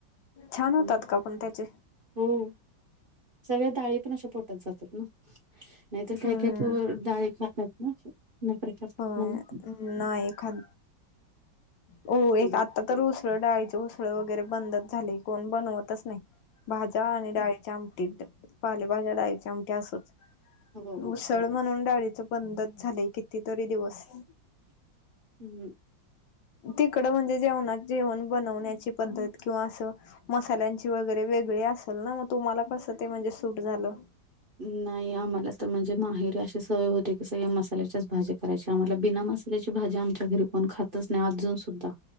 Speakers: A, on the left; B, on the right.
A: छान होतात
B: हम्.
A: का पण त्याचे
B: हो, सगळ्या डाळी पण अशा पोटात जातात ना नाहीतर काही
A: हम्म
B: काही
A: हम्म
B: पोर डाळी खात नाहीत ना. नखरे करतात
A: होय
B: म्हणून
A: नाही खात हो
B: हम्म.
A: एक आता तर उसळ, डाळीच उसळ वगैरे बंदच झालय कोण बनवतच नाही. भाज्या आणि डाळीच्या आमटी, पाले भाज्या डाळीची आमटी असच.
B: हो हो
A: उसळ म्हणून डाळीच बंदच झालंय कितीतरी दिवस.
B: <unintelligible>
A: तिकडं म्हणजे जेवणात, जेवण बनवण्याची पद्धत किंवा असं. मसाल्यांची वगैरे वेगळी असेल ना, मग तुम्हांला कसं ते म्हणजे सूट झालं.
B: नाही आम्हाला तर म्हणजे माहेर अशी सवय होती. की सगळ्या मसाल्याच्याच भाजी करायची, आम्हाला बिना मसा मग तेची आमच्या घरी कोण खातचं नाही. अजून सुद्धा